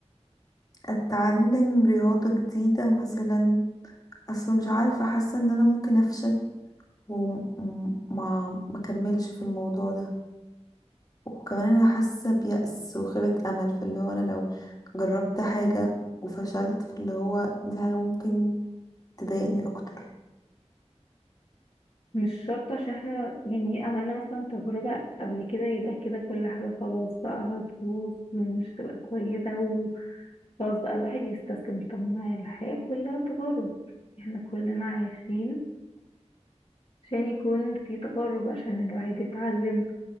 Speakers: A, on the left; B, on the left.
A: اتعلم رياضة جديدة مثلا اصل مش عارفة حاسة ان انا ممكن افشل وما ما اكملش في الموضوع ده وكمان انا حاسة بيأس وخيبة امل فاللي هو انا لو جربت حاجة وفشلت فاللي هو دي حاجة ممكن تضايقني اكتر
B: مش شرط عشان احنا يعني عملنا مثلا تجربة قبل كده يبقى كده كل حاجة خلاص بقى هتبوظ ومش هتبقى كويسة خلاص بقى الواحد يستسلم طب ما هي الحياة كلها تجارب احنا كلنا عايشين عشان يكون في تجارب عشان الواحد يتعلم